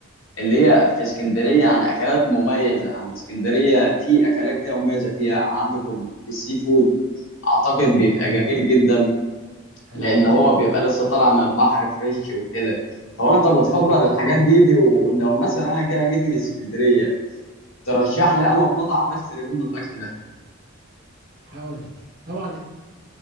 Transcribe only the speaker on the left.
اللي هي في اسكندريه يعني اكلات مميزه يعني اسكندريه في اكلات كده مميزه فيها يعني عندكم السي فود اعتقد بيبقى
جميل جدا
لان هو بيبقى
لسه
طالع من البحر فريش وكده فهو انت بتفضل
الحاجات دي دي ولو مثلا انا كده جيت اسكندريه ترشح لي انا ومطعم اشتري منه الاكل ده